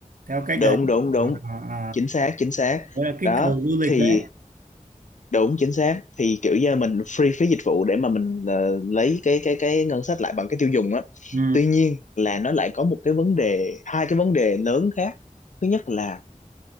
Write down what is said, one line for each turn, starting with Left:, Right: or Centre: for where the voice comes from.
Right: theo cách
Left: đúng
Right: đấy.
Left: đúng đúng
Right: À, à, à.
Left: chính xác chính xác
Right: đấy là kích
Left: đó
Right: cầu du lịch
Left: thì
Right: đấy.
Left: đúng chính xác thì kiểu như mình free phí dịch vụ để mà mình ờ, lấy cái cái cái ngân sách lại bằng cái tiêu dùng á
Right: Ừ,
Left: tuy nhiên là nó lại có một cái vấn đề hai cái vấn đề lớn khác thứ nhất là